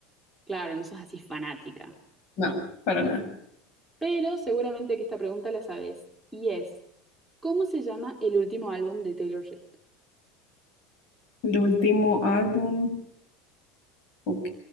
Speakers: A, in the centre; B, on the left (about 60°).
A: Claro, no sos así fanática.
B: No, para nada.
A: Pero seguramente que esta pregunta la sabés. Y es, ¿cómo se llama el último álbum de Taylor Swift?
B: El último álbum. Ok.